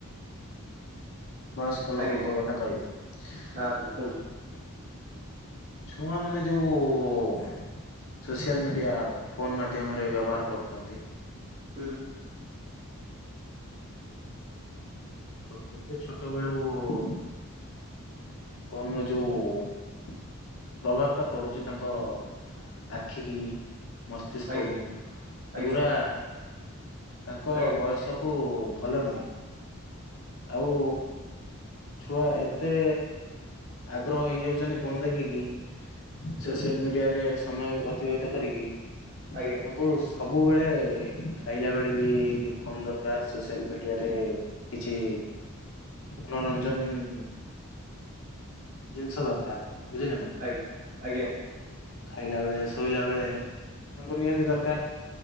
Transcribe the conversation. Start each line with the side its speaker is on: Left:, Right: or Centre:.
Right: <inaudible>
Left: ବୟସ୍କ ଲୋକଙ୍କ
Right: ଆଜ୍ଞା
Left: କଥା କହିବି।
Right: ହଁ, ଆପଣ କୁହନ୍ତୁ?
Left: ଛୁଆ ମାନେ ଯୋଉ ସୋସିଆଲ ମିଡିଆ ଫୋନ ମାଧ୍ୟମରେ ବ୍ୟବହାର କରୁଚନ୍ତି?
Right: ହୁଁ।
Left: ଛୋଟ, ଏତେ ଛୋଟ ବେଳୁ ଉ ଉ ଫୋନ୍ ର ଯୋଉ ପ୍ରଭାବ ଟା ପଡୁଚି ତାଙ୍କ ଆଖିକି ମସ୍ତିଷ୍କ
Right: ଆଜ୍ଞା
Left: କୁ, ସେଗୁରା
Right: ଆଜ୍ଞା
Left: ତାଙ୍କ
Right: ଆଜ୍ଞା
Left: ବୟସକ୍ କୁ ଭଲ ନୁହେଁ, ଆଉ ଛୁଆ ଏତେ ତେ, ଆଗ୍ରହ ହେଇଯାଉଚନ୍ତି ଫୋନ ଦେଖିକି,
Right: ହୁଁ
Left: ସୋସିଆଲ୍ ମିଡିଆରେ ସମୟ ଅ ଅତିବାହିତ କରିକି
Right: ଆଜ୍ଞା।
Left: କିନ୍ତୁ ସବୁବେଳେ ଖାଇଲା ବେଳେ ବି ଫୋନ୍ ଦରକାର ସୋସିଆଲ୍ ମିଡିଆରେ କିଛି ମନୋରଞ୍ଜନ୍ ଜିନିଷ୍ ଦରକାର୍, ବୁଝିଲେ ନା?
Right: ଆଜ୍ଞା, ଆଜ୍ଞା।
Left: ଖାଇଲା ବେଳେ, ଶୋଇଲା ବେଳେ, ତାଙ୍କୁ ନିହାତି ଦରକାର୍।